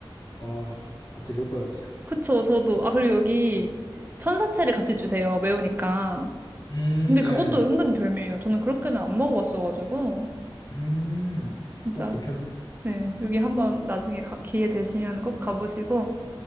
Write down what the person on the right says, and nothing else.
그쵸? 저도 아 그리고 여기 천사채를 같이 주세요. 매우니까.
근데 그것도
은근 별미예요. 저는 그렇게는 안 먹어봤어가지고
진짜
네 여기 한번 나중에 가- 기회 되시면 꼭 가보시고.